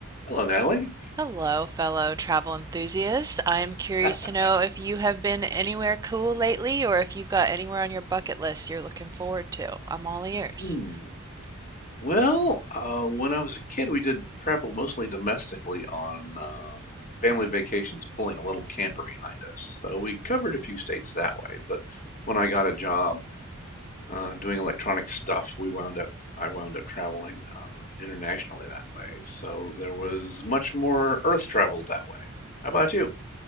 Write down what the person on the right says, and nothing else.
Hello, fellow travel enthusiasts. I am curious
to know if you have been anywhere cool lately or if you've got anywhere on your bucket list you're looking forward to. I'm all ears.